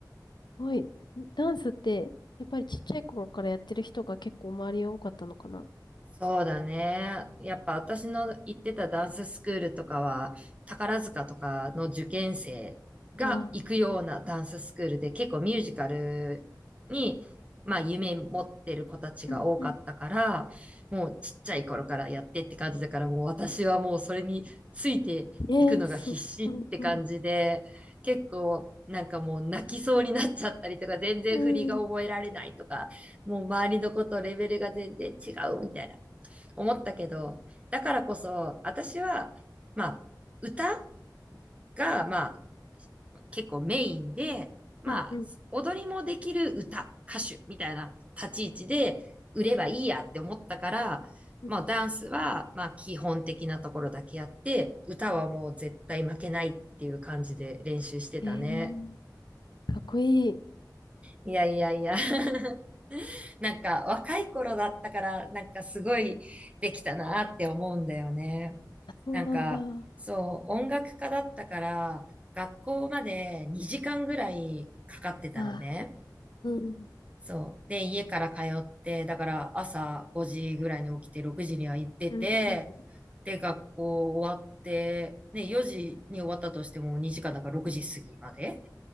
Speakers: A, on the left; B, on the right.
A: ごい。ダンスって、やっぱりちっちゃい頃からやってる人が結構周りは多かったのかな。あ
B: そうだね。やっぱ私の行ってたダンススクールとかは、宝塚とかの受験生が行くようなダンススクールで、
A: あ
B: 結構ミュージカルに、まあ夢持ってる子たちが多かったから、
A: うん、うん。
B: もうちっちゃい頃からやってって感じだから、もう私はもうそれについていくのが必死って感じで、
A: えー、す、うん、うん、
B: 結構なんかもう泣きそうになっちゃったりとか、全然振りが覚えられないとか、
A: うん、
B: もう周りの子とレベルが全然違うみたいな思ったけど、だからこそ、私は、まあ、歌が、まあ、結構メインで、まあ、
A: うん、うん。
B: 踊りもできる歌、歌手みたいな立ち位置で売ればいいやって思ったから、
A: うん
B: まあ、ダンスは、まあ、基本的なところだけやって、歌はもう絶対負けないっていう感じで練習してたね。
A: えー、かっこいい。
B: いやいやいや <laughs> なんか若い頃だったから、なんかすごいできたなって思うんだよね。
A: あ、そうなんだ。
B: なんか、
A: あ
B: そう、音楽家だったから、学校まで2時間ぐらいかかってたのね。
A: あうん、
B: そう。で、家から通って、だから朝5時ぐらいに起きて、6時には行ってて、
A: うん、うん。
B: で、学校終わって、ね、4時に終わったとしても2時間だから6時過ぎまで